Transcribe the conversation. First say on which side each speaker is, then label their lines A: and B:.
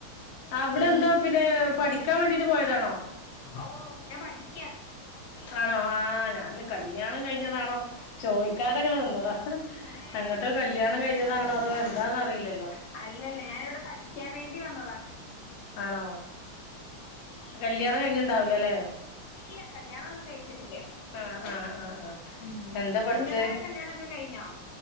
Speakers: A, on the left (about 65°); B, on the left (about 85°).
A: അവിടെന്താ
B: ഈ
A: പിന്നെ പഠിക്കാ വേണ്ടീട്ട് പോയതാണോ.
B: ഓഹ് ഞാൻ പഠിക്ക്യ.
A: ആണോ ആഹ് ഞാൻ കല്യാണം കഴിഞ്ഞതാണോ ചോയിക്കാതെങ്ങനെ നിന്നതാ.
B: ഏ
A: അങ്ങട്ടൊക്കെ
B: ഇല്ല ഇല്ല
A: കല്ല്യാണം
B: ഇല്ല ഇല്ല
A: കഴിഞ്ഞതാണോ അതോ എന്താന്നറീലല്ലോ.
B: അല്ലല്ല ഞാനിവിടെ പഠിക്കാവേണ്ടി വന്നതാ.
A: ആണോ. കല്ല്യാണം കഴിഞ്ഞ്ണ്ടാവൂലല്ലെ
B: ഇല്ല കല്ല്യാണൊന്നും കഴിഞ്ഞി ച്ട്ടില്ലാ
A: ആഹ് ആഹ് ആഹ് ആഹ്
B: ഹും
A: എന്താ പഠിച്ചേ
B: നിങ്ങളടെ കല്ല്യാണൊക്കെ കഴിഞ്ഞോ